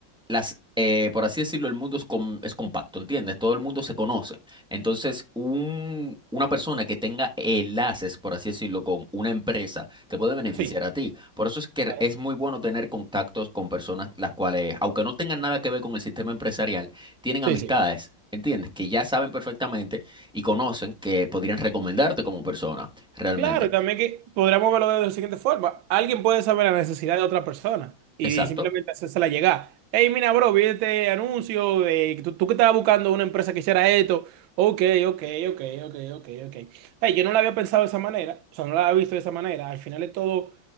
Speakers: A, in the centre; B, on the right.
A: las, eh, por así decirlo, el mundo es, com- es compacto, ¿entiendes? Todo el mundo se conoce. Entonces, un, una persona que tenga enlaces, por así decirlo, con una empresa, te puede beneficiar
B: Sí,
A: a ti. Por eso es que
B: claro.
A: es muy bueno tener contactos con personas las cuales, aunque no tengan nada que ver con el sistema empresarial, tienen
B: Sí,
A: amistades.
B: sí.
A: ¿Entiendes? Que ya saben perfectamente y conocen que podrían recomendarte como persona, realmente.
B: Claro, y también que podríamos verlo de la siguiente forma. Alguien puede saber la necesidad de otra persona y
A: Exacto.
B: simplemente hacérsela llegar. Hey, mira, bro, vi este anuncio de tú, tú que estabas buscando una empresa que hiciera esto. Ok, ok, ok, ok, ok, ok. Hey, yo no la había pensado de esa manera, o sea, no la había visto de esa manera. Al final es todo,